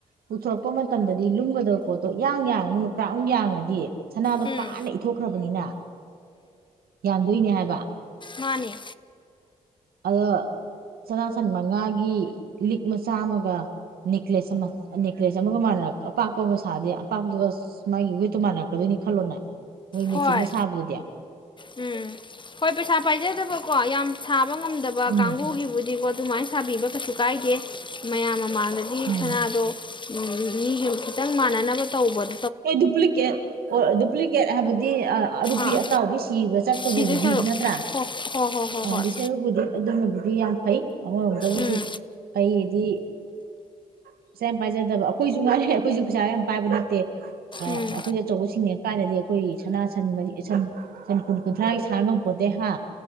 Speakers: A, on the right; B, on the left.
A: ꯄꯨꯊꯣꯔꯛꯄ ꯃꯇꯝꯗꯗꯤ ꯂꯨꯝꯒꯗꯕ ꯄꯣꯠꯇꯣ ꯏꯡ ꯌꯥꯡꯕꯨꯅꯨ ꯀ꯭ꯔꯥꯃꯨꯛ ꯌꯥꯡꯉꯗꯤ ꯁꯅꯥꯗꯣ
B: ꯎꯝ
A: ꯄꯥꯅ ꯏꯊꯣꯛꯈ꯭ꯔꯕꯅꯤꯅ ꯌꯥꯝꯗꯣꯏꯅꯦ ꯍꯥꯏꯕ ꯋꯥ
B: ꯃꯥꯅꯤ
A: ꯑꯗꯣ ꯁꯅꯥ ꯁꯟ ꯃꯉꯥꯒꯤ ꯂꯤꯛ ꯃꯆꯥ ꯑꯃꯒ ꯅꯦꯛꯀ꯭ꯂꯦꯁ ꯑꯃ ꯅꯦꯛꯀ꯭ꯂꯦꯁ ꯑꯃꯒ ꯃꯅꯔꯛ ꯑꯄꯥꯛꯄ ꯑꯃꯒ ꯁꯥꯗꯦ ꯑꯄꯥꯛꯄꯗꯨꯒ ꯃꯥꯒꯤ ꯋꯦꯠꯇꯣ ꯃꯥꯟꯅꯔꯛꯀꯗꯣꯏꯅꯤ ꯈꯜꯂꯣꯅꯦ ꯃꯣꯏ ꯃꯦꯆꯤꯟꯅ
B: ꯍꯣꯏ
A: ꯁꯥꯕꯗꯨꯗꯤ
B: ꯎꯝ ꯍꯣꯏ ꯄꯩꯁꯥ ꯄꯥꯏꯖꯗꯕꯀꯣ ꯌꯥꯝ ꯁꯥꯞ ꯆꯕ ꯉꯝꯗꯕ
A: ꯎꯝ
B: ꯀꯥꯡꯕꯨꯒꯤꯕꯨꯗꯤꯀꯣ ꯑꯗꯨꯃꯥꯏꯅ ꯁꯥꯕꯤꯕ ꯀꯩꯁꯨ ꯀꯥꯏꯗꯦ ꯃꯌꯥꯝ ꯑꯃ ꯗꯤ
A: ꯎꯝ
B: ꯁꯅꯥꯗꯣ ꯃꯤꯁꯨ ꯈꯤꯇꯪ ꯃꯥꯟꯅꯅꯕ ꯇꯧꯕꯗꯣ
A: ꯍ ꯗꯨꯨꯞꯂꯤꯀꯦꯠ ꯑꯣ ꯗꯨꯞꯂꯤꯀꯦꯠ ꯍꯥꯏꯕꯗꯤ ꯑ ꯑꯔꯨꯄꯤ
B: ꯑꯥ
A: ꯑꯇꯥꯎꯕꯤ ꯁꯤꯕ ꯆꯠꯇꯧꯕꯕꯨꯗꯤ
B: ꯁꯤꯗꯣꯏ ꯁꯔꯨꯛ
A: ꯅꯠꯇ꯭ꯔꯥ
B: ꯍꯣ ꯍꯣ ꯍꯣ ꯍꯣ
A: ꯑꯗꯤ
B: ꯍꯣꯏ
A: ꯁꯔꯨꯛꯄꯨꯗꯤ ꯑꯗꯨꯃꯕꯨ ꯌꯥꯝ ꯐꯩ ꯑꯃꯔꯝꯗꯕꯨꯗꯤ
B: ꯎꯝ
A: ꯀꯩ ꯗꯤ ꯄꯩꯁꯥ ꯌꯥꯝ ꯄꯥꯏꯖꯗꯕ ꯑꯩꯈꯣꯏꯁꯨ ꯉꯔꯦ ꯑꯩꯈꯣꯏꯁꯨ ꯄꯩꯁꯥ ꯌꯥꯝ ꯄꯥꯏꯕ ꯅꯠꯇꯦ ꯑ ꯑꯩꯈꯣꯏꯁ
B: ꯎꯝ
A: ꯑꯆꯧꯕꯁꯤꯡꯅꯤꯉ ꯀꯥꯟꯗꯗꯤ ꯑꯩꯈꯣꯏ ꯁꯅꯥ ꯁꯟ ꯁꯟ ꯁꯟ ꯀꯨꯟ ꯀꯨꯟꯊ꯭ꯔꯥꯒꯤ ꯁꯥꯡ ꯉꯝꯄꯣꯗꯦ ꯍꯥ